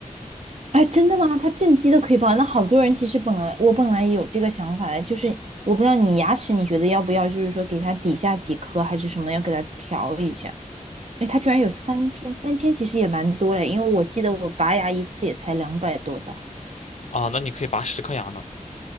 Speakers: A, on the right (about 50°); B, on the left (about 55°).
A: 哎，真的吗？它正畸都可以报，那好多人其实本来我本来也有这个想法的，就是我不知道你牙齿你觉得要不要，就是说给它底下几颗还是什么，要给它调一下。哎，它居然有三千，三千其实也蛮多的，因为我记得我拔牙一次也才两百多刀
B: <laughs> 啊，那你可以拔十颗牙呢。